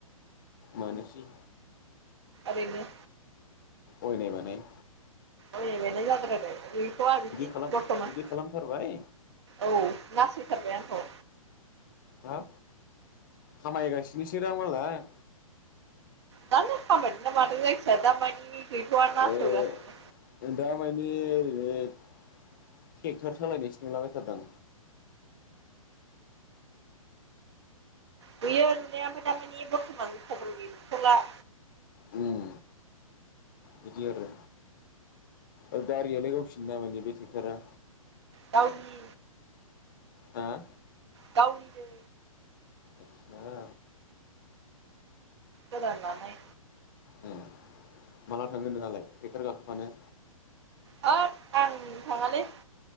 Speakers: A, on the left; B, on the right.
A: मानोसै
B: ओरैनो
A: अयनाय बानाय
B: अयनाय बानाय जाद्रायबाय गैथया बिदि
A: खालाम
B: बरथमान
A: बिदि खालामथारबाय
B: औ नासयथारबाय आंखौ
A: हो खामायगासिनोसोदां मालाय
B: जानो खामायदोंना मादों जायखिया दामानि गैथ'वा
A: ओ
B: नासयगासिनो
A: दा मानि ओरैनो ट्रेक्ट'र सालायनायसो नुलाबायथारदां
B: नुयो नुनाया ओम्फ्राय दामानि बर्थमान खबर गैथ'ला
A: ओम बिदि आरो ओ गारियालाय गावसिनिना माानि बे ट्रेक्ट'रा
B: गावनि
A: हा?
B: गावनिनो
A: आस्सा
B: गोदान लानाय
A: ए माला थांगोन नोंहालाय ट्रेक्ट'र गाखोफानो
B: <unintelligible> आं थाङालै